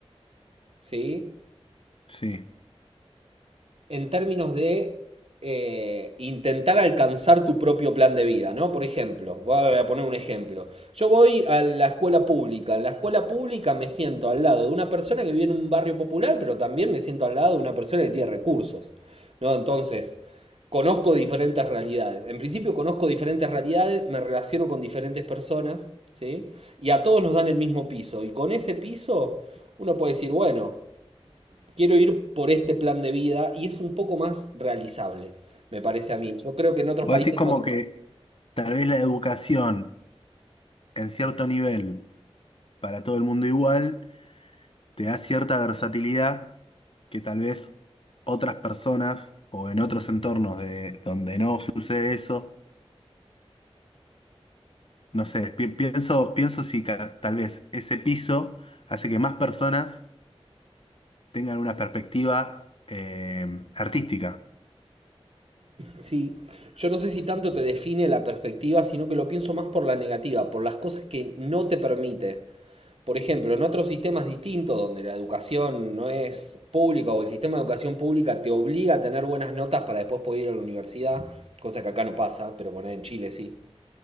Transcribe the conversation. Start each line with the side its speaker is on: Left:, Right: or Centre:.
Right: ¿sí?
Left: Sí.
Right: en términos de eh, intentar alcanzar tu propio plan de vida, ¿no? Por ejemplo, voy a poner un ejemplo. Yo voy a la escuela pública. En la escuela pública me siento al lado de una persona que vive en un barrio popular, pero también me siento al lado de una persona que tiene recursos, ¿no? Entonces, conozco diferentes realidades. En principio conozco diferentes realidades, me relaciono con diferentes personas, ¿sí? Y a todos nos dan el mismo piso. Y con ese piso uno puede decir, bueno, quiero ir por este plan de vida y es un poco más realizable, me parece a mí. Yo creo que en otros
Left: Vos
Right: países
Left: decís como
Right: no es tan
Left: que
Right: así.
Left: tal vez la educación en cierto nivel, para todo el mundo igual, te da cierta versatilidad que tal vez otras personas o en otros entornos de, donde no sucede eso, no sé, pi- pienso, pienso si ca- tal vez ese piso hace que más personas tengan una perspectiva eh, artística.
Right: Sí, yo no sé si tanto te define la perspectiva, sino que lo pienso más por la negativa, por las cosas que no te permite. Por ejemplo, en otros sistemas distintos, donde la educación no es pública o el sistema de educación pública te obliga a tener buenas notas para después poder ir a la universidad, cosa que acá no pasa, pero bueno en Chile sí.